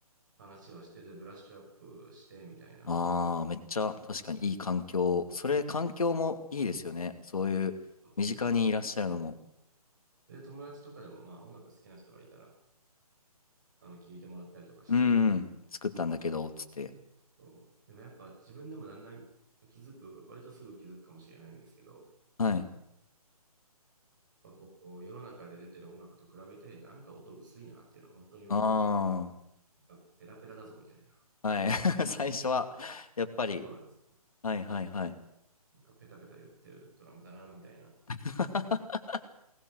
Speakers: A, on the right; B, on the left.
A: 話はして、で、ブラッシュアップして、みたいな。
B: ああ、めっちゃ確かにいい環境。それ環境もいいですよね。そういう身近にいらっしゃるのも。
A: そうですね。で、友達とかでも、まあ、音楽好きな人がいたら、あの、聞いてもらったりとかして、
B: うーん。作ったんだけど、つって。
A: そう。でもやっぱ自分でもだんだん気づく、割とすぐ気づくかもしれないんですけど、
B: はい。
A: やっぱこう、世の中で出てる音楽と比べて、なんか音薄いなっていうのは本当によく起きる。
B: あ
A: あペラペラだぞみたいな。
B: あ。はい。<laughs> 最初は、やっぱり、
A: そうなんですよ。
B: はいはいはい。
A: なんかペタペタ言ってるドラムだなみたいな、
B: <laughs>